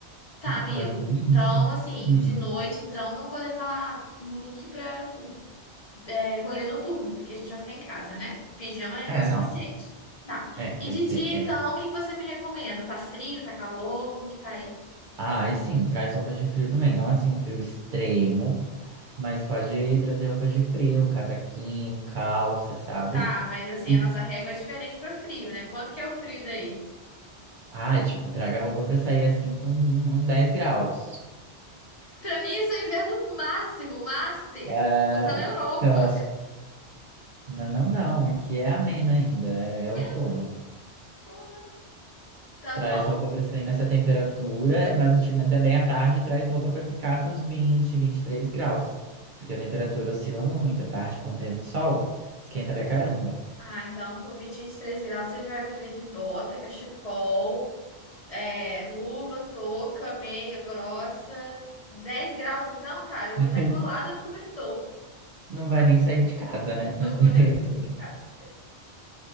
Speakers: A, on the left; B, on the right.
A: Tá, amigo.
B: Mas é
A: Então,
B: isso.
A: assim,
B: Hum.
A: de noite, então, não vou levar look pra é, rolê noturno, porque a gente vai ficar em casa, né? Pijama é
B: É,
A: o suficiente.
B: não.
A: Tá.
B: É,
A: E
B: vai
A: de
B: ser.
A: dia,
B: É,
A: então,
B: exato.
A: o que que você me recomenda? Tá frio? Tá calor? Como que tá aí?
B: ah, e sim, traz roupas de frio também. Não assim, um frio extremo, mas pode trazer roupas de frio, casaquinho, calça, sabe?
A: Tá, mas assim,
B: E
A: a nossa régua é diferente para o frio, né? Quanto que é o frio daí?
B: Ah, tipo, traga roupa pra sair assim com um- uns 10 graus.
A: Pra mim, isso é inverno máximo, master.
B: É,
A: Vou estar na Europa.
B: então, não, não, não, que é ameno ainda, é, é
A: Meu
B: outono.
A: Deus, porra. Tá
B: Traz
A: bom.
B: roupa pra sair nessa temperatura, mas a time- também à tarde traz roupa pra ficar com os vinte, vinte e três graus. Porque a temperatura oscila muito. À tarde, quando tem sol, esquenta pra caramba.
A: Ah, então, com 20, 23 graus, você já vai me ver de bota, cachecol. É, luva, touca, meia grossa. dez graus, então, cara, eu
B: <laughs>
A: vou estar enrolada no cobertor.
B: Não vai nem sair de casa, né?
A: Não
B: Nessa <laughs>
A: vou
B: temperatura.
A: nem sair de casa.